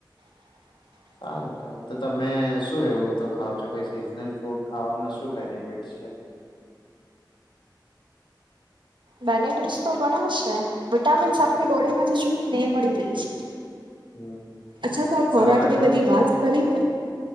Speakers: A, on the right; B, on the left.
A: <unintelligible>
B: સારું કેવાય તો તમે શું એવું તો ખાવ છો કોઈ સિઝનલ ફ્રૂટ ખાવામાં શું બેનિફિટ છે.
A: બેનફિટ્સ તો ઘણા છે વિટામિન્સ આપણી બોડીમાં જે જોઈએ ને એ મળી રહી છે.
B: હમ
A: અચ્છા તો આ ખોરાકની
B: સલાડ રોજ
A: બધી
B: ખા
A: વાત કરી